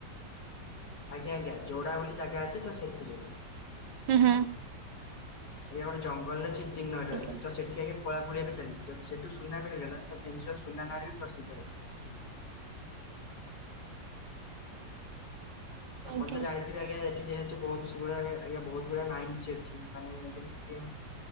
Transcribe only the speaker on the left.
ଆଜ୍ଞା ଆଜ୍ଞା ଯୋଡା ବୋଲି ଜାଗା ଅଛି ତ ସେଥି ରେ।
ଏଇ ଆମର ଜଙ୍ଗଲରେ ସେ ଚିହ୍ନଟ
ହେଇଛି ତ ସେଠି ଆଜ୍ଞା ଖୋଳାଖୋଳି ଏବେ ଚାଲିଛି ଯଦି ସେଠୁ ସୁନା ମିଳିଗଲା ତ କେନ୍ଦୁଝର ସୁନା ନାରେ ବି ପ୍ରସିଦ୍ଧ ହେଇଯିବ। ଆପଣ
ତ ଜାଣି ଥିବେ ଆଜ୍ଞା ଏଠି ଯେହେତୁ <inaudible> ବହୁତ ଗୁଡାଏ ମାଇନିଶି ଅଛି ମାନେ ଯେମିତିକି ଟିଡି ଏମ୍